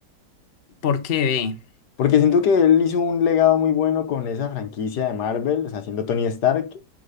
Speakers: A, on the left; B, on the left.
A: ¿Por qué ve?
B: Porque siento que él hizo un legado muy bueno con esa franquicia de Marvel, o sea, siendo Tony Stark,